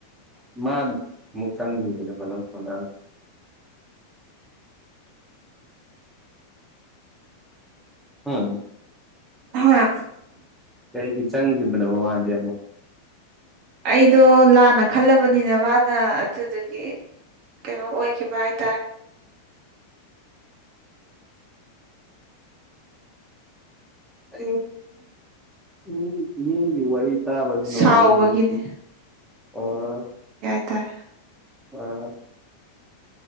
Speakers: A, in the centre; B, on the right.
A: ꯃꯥ ꯑꯗ ꯃ ꯆꯥꯡꯂꯤꯅꯦ ꯐ ꯊ ꯑꯥ
B: ꯍꯥꯥ
A: ꯀꯩꯒꯤ ꯆꯪꯈꯤꯕꯅꯣ ꯃꯃꯗꯤ ꯑꯃꯨꯛ
B: ꯑꯩꯗꯣ ꯂꯥꯟꯅ ꯈꯜꯂꯕꯅꯤꯅ ꯃꯥꯅ ꯑꯗꯨꯗꯨꯒꯤ ꯀꯩꯅꯣ ꯑꯣꯏꯈꯤꯕ ꯍꯥꯏꯇꯥꯔꯦ
A: ꯑ ꯃꯤ ꯃꯤꯒꯤ ꯋꯥꯔꯤꯔꯤ ꯆꯕꯅꯅꯨꯡ
B: ꯁꯥꯎꯕꯒꯤꯅꯦ
A: ꯍꯥꯏꯏ ꯑꯣ
B: ꯇꯔ
A: ꯑꯥ